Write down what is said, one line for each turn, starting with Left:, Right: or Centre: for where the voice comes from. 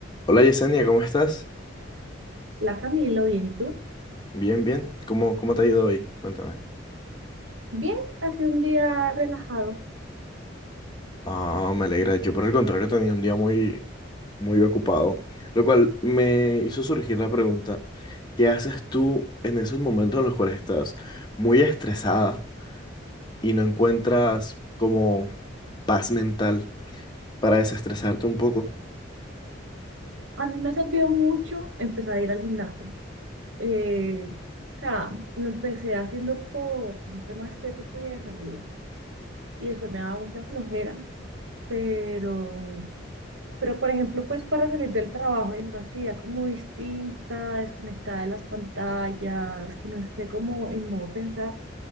Left: Hola Yesenia, ¿cómo estás?
Right: La Camilo, bien, ¿y tú?
Left: Bien, bien. ¿Cómo, cómo te ha ido hoy? Cuéntame.
Right: Bien, ha sido un día relajado.
Left: Ah, me alegra. Yo por el contrario tenía un día muy, muy ocupado, lo cual me hizo surgir la pregunta, ¿qué haces tú en esos momentos en los cuales estás muy estresada y no encuentras como paz mental para desestresarte un poco?
Right: A mí me ha servido mucho empezar a ir al gimnasio. Eh, o sea, lo empecé haciendo por un tema estético y de salud. Y después me daba mucha flojera. Pero, pero por ejemplo, pues para salir del trabajo es una actividad como distinta, desconectada de las pantallas, que no esté como en modo pensar.